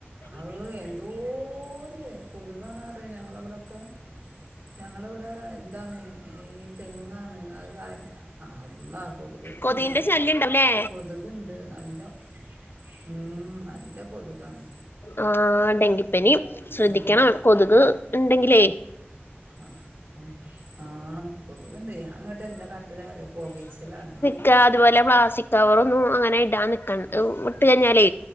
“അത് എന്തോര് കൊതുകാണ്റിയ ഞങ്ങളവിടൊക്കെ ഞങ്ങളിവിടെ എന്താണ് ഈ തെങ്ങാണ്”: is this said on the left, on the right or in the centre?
Right